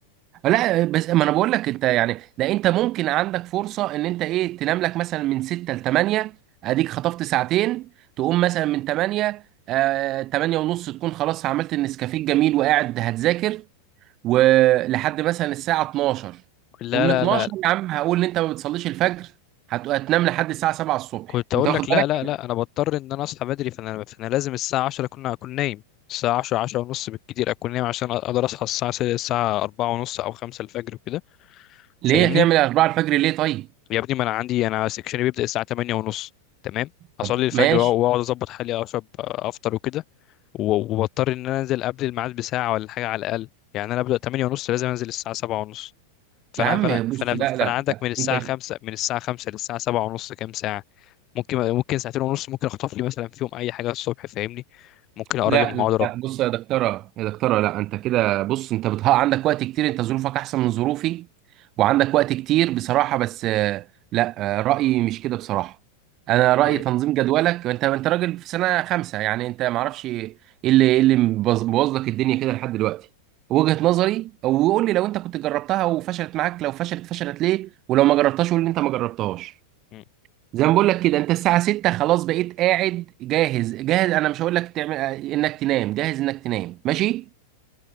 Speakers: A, on the right; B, on the left.
A: لا بس ما انا بقول لك انت يعني لا انت ممكن عندك فرصه ان انت ايه تنام لك مثلا من 6 ل 8 اديك خطفت ساعتين تقوم مثلا من 8 آه 8 ونص تكون خلاص عملت النسكافيه الجميل وقاعد هتذاكر ولحد مثلا الساعه 12
B: لا
A: ومن 12
B: لا لا
A: يا عم هقول ان انت ما بتصليش الفجر هت- هتنام لحد الساعه 7 الصبح
B: كنت اقول
A: انت واخد
B: لك
A: بالك
B: لا لا لا انا بضطر ان انا اصحى بدري فانا فانا لازم الساعه 10 اكون اكون نايم الساعه 10 10 ونص بالكتير اكون نايم عشان اقدر اصحى الساعه س- الساعه 4 ونص او 5 الفجر وكده
A: ليه
B: فاهمني
A: هتعمل 4 الفجر ليه طيب
B: يا ابني ما انا عندي انا سكشني بيبدا الساعه 8 ونص تمام اصلي
A: طب
B: الفجر
A: ماشي
B: وأق- واقعد اظبط حالي اشرب افطر وكده و- وبضطر ان انا انزل قبل الميعاد بساعه ولا حاجه على الاقل يعني انا ابدا 8 ونص لازم انزل الساعه 7 ونص فانا
A: يا عم
B: فانا
A: بص
B: فانا
A: لا
B: فانا
A: لا
B: عندك
A: لا
B: من الساعه
A: انت
B: 5 من الساعه 5 للساعه 7 ونص كام ساعه ممكن ممكن ساعتين ونص ممكن اخطف لي مثلا فيهم اي حاجه الصبح فاهمني ممكن اقرا
A: لا
B: لي محاضره
A: لا بص يا دكتوره يا دكتوره لا انت كده بص انت بتها عندك وقت كتير انت ظروفك احسن من ظروفي وعندك وقت كتير بصراحه بس آه، لا آه، رايي مش كده بصراحه انا
B: ولا
A: رايي
B: ايه
A: تنظيم جدولك انت انت راجل في سنه خمسه يعني انت ما اعرفش ايه اللي إيه اللي مبوظ بوظ لك الدنيا كده لحد دلوقتي وجهه نظري او قول لي لو انت كنت جربتها وفشلت معاك لو فشلت فشلت ليه ولو ما جربتهاش قول لي انت ما جربتهاش
B: مم.
A: زي ما بقول لك كده انت الساعة 6 خلاص بقيت قاعد جاهز جاهز انا مش هقول لك تعمل انك تنام جاهز انك تنام ماشي